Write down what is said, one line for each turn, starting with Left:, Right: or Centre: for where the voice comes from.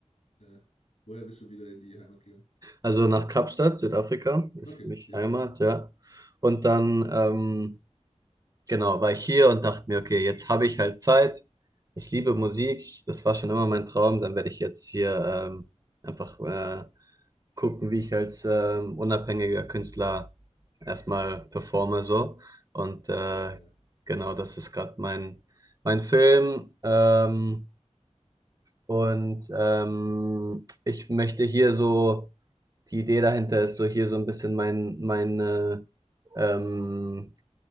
Left: äh, woher bist du wieder in die Heimat gegangen?
Right: also nach Kapstadt, Südafrika, ist
Left: Okay,
Right: für mich
Left: ja,
Right: Heimat,
Left: ja.
Right: ja. Und dann ähm, Genau, war ich hier und dachte mir, okay, jetzt habe ich halt Zeit. Ich liebe Musik. Das war schon immer mein Traum. Dann werde ich jetzt hier ähm, einfach äh, gucken, wie ich als ähm, unabhängiger Künstler erstmal performe so. Und
Left: Das
Right: äh,
Left: ist echt geil.
Right: genau, das ist gerade mein, mein Film. Ähm, und ähm, ich möchte hier so, die Idee dahinter ist so hier so ein bisschen mein, meine, ähm,